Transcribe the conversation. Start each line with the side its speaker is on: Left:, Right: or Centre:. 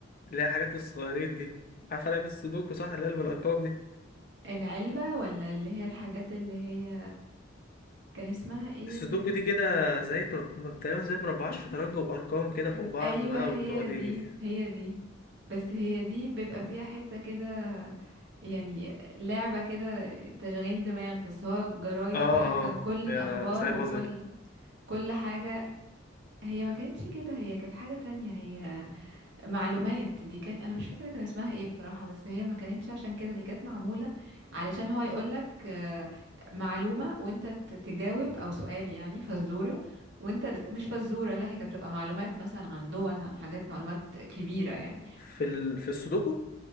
Left: اللي هي حاجات الصغيرين دي عارفة لعبة السودوكو صح اللي قلب الأرقام دي
Right: العلبة ولا اللي هي الحاجات اللي هي كان اسمها ايه
Left: السودوكو
Right: اللي
Left: دي كده زي بر... م- تقريبا زي مربعات <laughs> شطرنج وارقام كده فوق <laughs> بعض
Right: ايوه
Left: بقى
Right: هي
Left: وبتقعدي
Right: دي هي دي بس هي دي بيبقى فيها حتة كده يعني لعبة كده تشغيل دماغ بس هو جرايد
Left: اه
Right: بقى كان
Left: اه
Right: كل
Left: يا
Right: الأخبار
Left: زي
Right: وكل
Left: بازل
Right: كل حاجة هي ما كانتش كده هي كانت حاجة تانية هي معلومات دي كان انا مش فاكره كان اسمها ايه بصراحه بس هي ما كانتش عشان كده دي كانت معموله علشان هو يقولك آه، معلومه وانت ت- تجاوب او سؤال يعني فزوره وانت تج- مش فزوره لا هي كانت بتبقى معلومات مثلا عن دول عن حاجات معلومات كبيره يعني
Left: في ال... في السودوكو